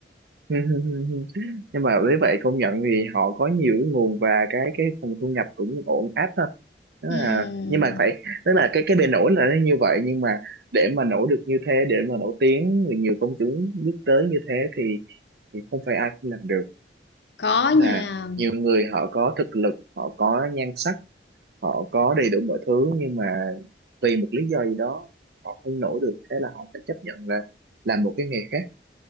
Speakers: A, on the right; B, on the left.
A: <laughs> nhưng mà với vậy công nhận thì họ có nhiều cái nguồn và cái cái phần thu nhập cũng ổn áp ha Đó
B: Ừm,
A: là, nhưng mà phải tức là cái cái bề nổi là nó như vậy nhưng mà để mà nổi được như thế để mà nổi tiếng người nhiều công chúng biết tới như thế thì, thì không phải ai cũng làm được
B: có nha
A: Tức là nhiều người họ có thực lực họ có nhan sắc họ có đầy đủ mọi thứ nhưng mà vì một lý do gì đó họ không nổi được thế là họ phải chấp nhận là làm một cái nghề khác